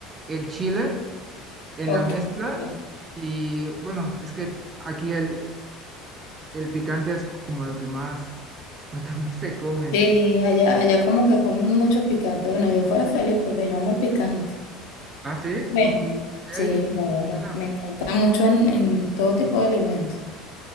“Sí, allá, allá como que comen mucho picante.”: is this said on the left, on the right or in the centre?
Left